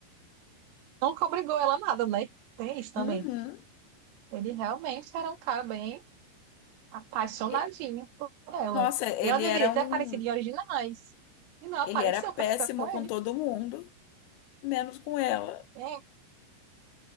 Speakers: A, on the right; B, on the left.
A: Nunca obrigou ela a nada, né? Tem isso também.
B: Uhum.
A: Ele realmente era um cara bem apaixonadinha
B: E-
A: por ela.
B: Nossa, ele
A: E ela deveria
B: era um,
A: ter aparecido em originais. E não apareceu
B: ele era péssimo
A: pra ficar com ele.
B: com todo mundo, menos com ela.
A: É,